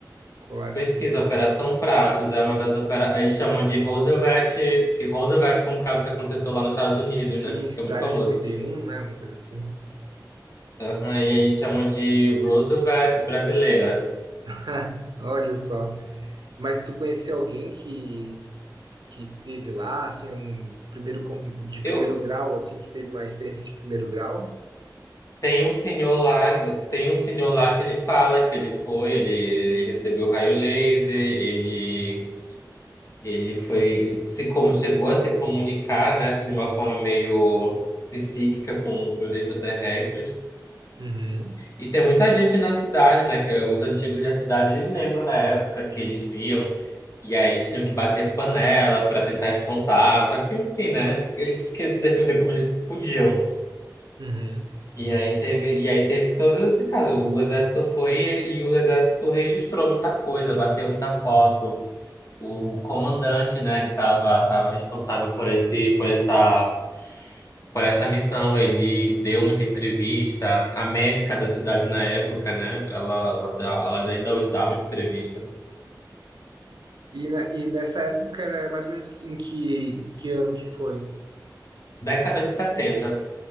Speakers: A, on the right; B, on the left.
A: Colares.
B: Pesquisa, Operação Pratos é uma das opera... Eles chamam de Roosevelt, que Roosevelt foi um caso que aconteceu lá nos Estados
A: Sim,
B: Unidos, né? É muito
A: da área
B: famoso.
A: 51, né? Uma coisa assim.
B: Aham, e aí eles chamam de Roosevelt brasileira.
A: <laughs> Olha só. Mas tu conhecia alguém que que teve lá, assim, um primeiro con- de
B: Eu,
A: primeiro grau, assim, que teve uma experiência de primeiro grau?
B: Tem um senhor lá, tem um senhor lá que ele fala que ele foi, ele, ele recebeu raio laser, ele ele foi, ele se como chegou a se comunicar, né, assim, de uma forma meio psíquica com, com os extraterrestres.
A: Uhum,
B: E tem muita gente na cidade, né, que os antigos da cidade eles lembram da época que eles viam e aí eles tinham que bater panela para tentar espantar, só que enfim, né, eles tinham que se defender como eles podiam.
A: uhum.
B: E aí teve, e aí teve todo esse caso. O exército foi e, ele- e o exército registrou muita coisa, bateu muita foto. O comandante, né, que estava tava tava responsável por esse, por essa, por essa missão, ele deu muita entrevista. A médica da cidade na época, né, ela, ela, dá- ela ainda hoje dá muita entrevista.
A: E, na- e nessa época era mais ou menos que- em que, que ano que foi?
B: Década de setenta